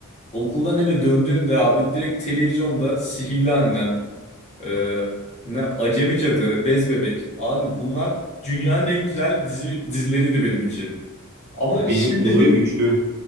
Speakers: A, on the left; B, on the right.
A: Okuldan eve döndüğümde abi direkt televizyonda Sihirli Annem, e, ne Acemi Cadı, Bez Bebek. Abi bunlar dünyanın en güzel dizi, dizileriydi benim için. Ama
B: Benim
A: şimdi
B: favori üçlü.
A: <laughs>